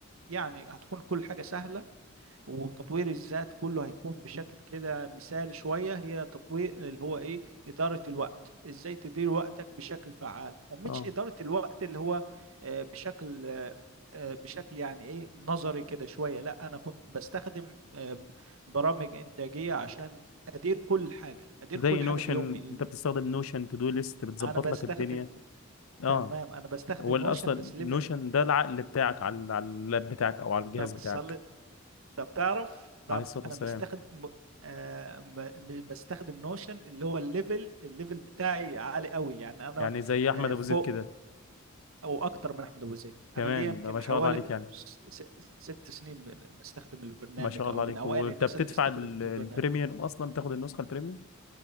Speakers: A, on the right; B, on the left.
A: يعني هتكون كل حاجة سهلة وتطوير الذات كله هيكون بشكل كده مثالي شوية هي تطوير اللي هو إيه إدارة الوقت إزاي تدير وقتك بشكل فعال ومش
B: اه
A: إدارة الوقت اللي هو آه، بشكل آه، آه، بشكل يعني إيه نظري كده شوية لا أنا كنت بستخدم آه، برامج إنتاجية عشان أدير كل حاجة أدير
B: زي
A: كل حاجة
B: نوشن
A: في يومي
B: انت بتستخدم نوشن تو دو ليست بتظبط
A: أنا بستخدم
B: لك الدنيا اه
A: تمام أنا بستخدم
B: هو اللي
A: نوشن
B: اصلا
A: بس ليفل
B: نوشن ده العقل بتاعك على على اللاب بتاعك او على الجهاز
A: طب
B: بتاعك
A: صلي طب تعرف تعرف
B: عليه الصلاه والسلام
A: انا بستخدم آه م- بستخدم نوشن اللي هو الليفل الليفل بتاعي عالي قوي يعني انا
B: يعني زي احمد
A: آه
B: ابو
A: فوق
B: زيد كده
A: او اكتر من احمد ابو زيد
B: كمان
A: انا ليا يمكن
B: ده ما شاء
A: حوالي
B: الله عليك يعني
A: س- س- ست سنين من- بستخدم البرنامج
B: ما شاء
A: او
B: الله عليك
A: من اوائل
B: وانت
A: الناس
B: بتدفع
A: اللي استخدمت
B: ال- البريميوم
A: البرنامج
B: اصلا بتاخد النسخه البريميوم